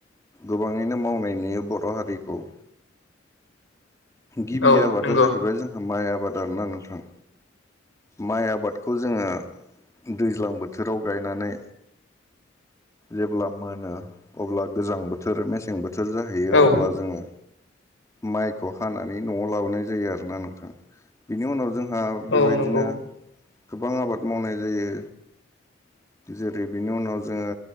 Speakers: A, on the left (about 15°); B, on the left (about 80°).
A: गोबाङैनो मावनाय नुयो बर' हारिखौ गिबि
B: औ
A: आबादा
B: नंगौ
A: जाहैबाय जोंहा माइ आबाद आरोना नोंथां माइ आबादखौ जोङो दैज्लां बोथोराव गायनानै जेब्ला मोनो अब्ला गोजां बोथोर मेसें बोथोर जायो होयो
B: औ
A: अब्ला जोङो माइखौ हानानै न'आव लाबोनाय जायो आरोोना नोंथां बिनि उनाव जोंहा
B: औ
A: बेबायदिनो
B: नंगौ
A: गोबां आबाद मावनाय जायो जेरै बेनि उनाव जोङो